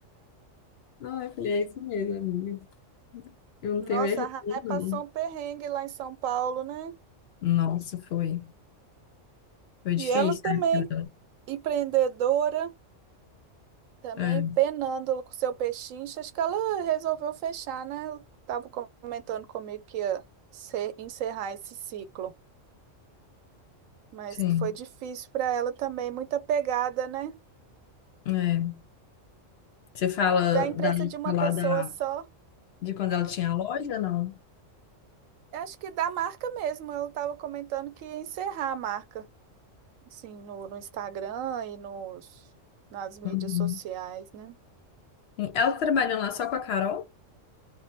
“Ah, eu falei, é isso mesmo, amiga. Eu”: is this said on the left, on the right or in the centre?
Left